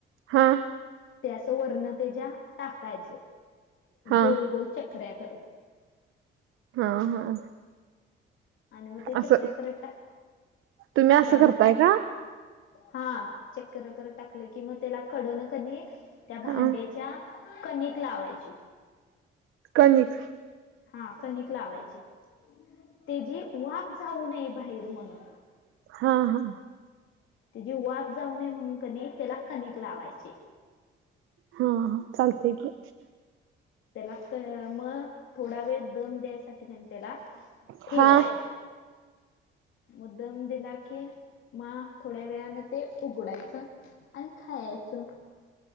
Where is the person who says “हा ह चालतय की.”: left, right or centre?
Right